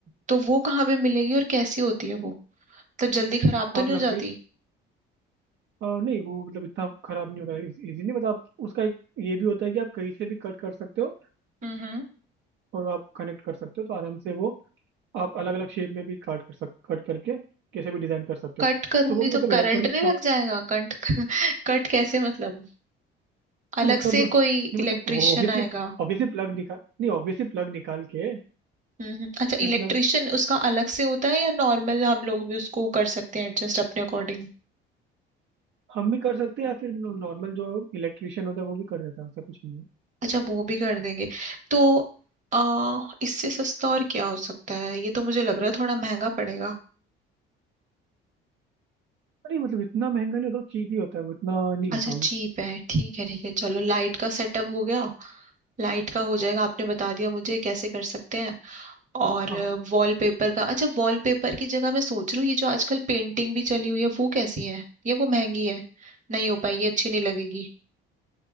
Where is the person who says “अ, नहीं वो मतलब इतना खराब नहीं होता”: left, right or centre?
Right